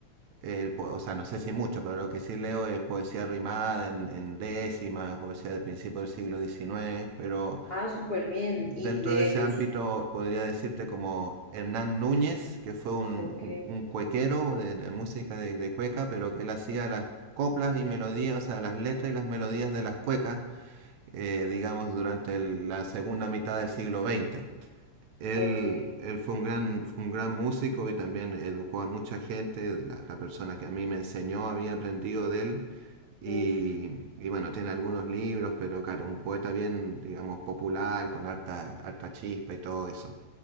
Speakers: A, on the right; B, on the left.
A: eh, po- o sea, no sé si mucho, pero lo que sí leo es poesía rimada en, en décimas, poesía de principios del siglo XIX, pero
B: Ah, súper bien.
A: dentro
B: Y de
A: de ese
B: ellos,
A: ámbito podría decirte como Hernán Núñez, que fue un,
B: ok,
A: un- un cuequero de, de música de, de cueca, pero que él hacía las coplas y melodías, o sea, las letras y las melodías de las cuecas, eh, digamos, durante el- la segunda mitad del siglo XX. Él,
B: ok.
A: él fue un gran, fue un gran músico y también educó a mucha gente. La, la persona que a mí me enseñó había aprendido de él. Y,
B: Uf.
A: y bueno, tiene algunos libros, pero claro, un poeta bien, digamos, popular, con harta, harta chispa y todo eso.